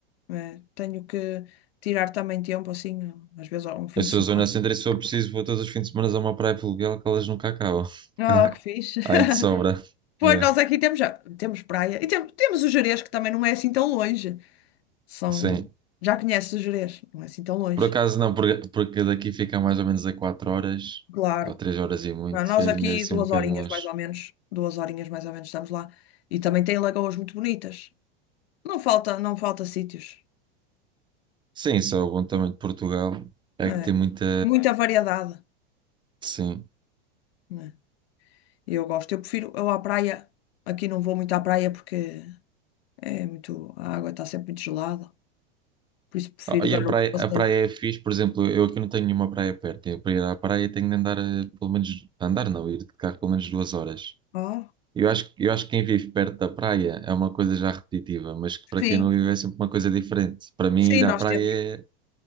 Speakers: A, on the left (about 80°); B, on the right (about 15°).
A: É, tenho que tirar também tempo, assim, às vezes um fim
B: Eu
A: de
B: sou
A: semana.
B: zona centro e se for preciso, vou todos os fins de semana a uma praia fluvial que elas nunca acabam.
A: Ah,
B: <laughs>
A: que fixe. <laughs>
B: Aí de sobra.
A: Pois
B: É,
A: nós aqui temos, já, temos praia e temos, temos o Gerês, que também não é assim tão longe. São...
B: Sim.
A: Já conheces Jerez, não é assim tão longe.
B: Por acaso não, porque, porque daqui fica mais ou menos a 4 horas,
A: Claro.
B: ou 3 horas e muito,
A: Ah, Nós
B: e ainda
A: aqui
B: é assim
A: duas
B: um bocadinho
A: horinhas
B: longe.
A: mais ou menos, duas horinhas mais ou menos estamos lá. E também tem lagoas muito bonitas. Não falta, não falta sítios.
B: Sim, só o bom também de Portugal é
A: É.
B: que tem muita.
A: Muita variedade,
B: Sim.
A: né? E eu gosto. Eu prefiro, eu à praia, aqui não vou muito à praia porque é muito, a água está sempre muito gelada. Por isso prefiro
B: Ah, E
A: dar
B: a praia,
A: outros passeios.
B: a praia é fixe, por exemplo, eu aqui não tenho nenhuma praia perto. Eu para ir à praia tenho de andar eh, pelo menos. Andar não, ir de carro pelo menos duas horas.
A: Ah,
B: Eu acho, eu acho que quem vive perto da praia é uma coisa já repetitiva, mas que para
A: sim,
B: quem não vive é sempre uma coisa diferente. Para mim,
A: sim,
B: ir
A: nós
B: à praia
A: temos.
B: é,